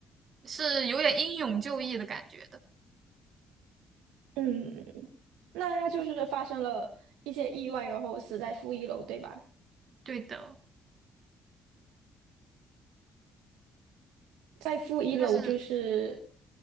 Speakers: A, on the right; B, on the right.
A: 是有点英勇就义的感觉的。
B: <laughs> 嗯。那他就是发生了一些意外，然后死在负一楼，对吧？
A: 对的，
B: 在负一楼就是，
A: 但是，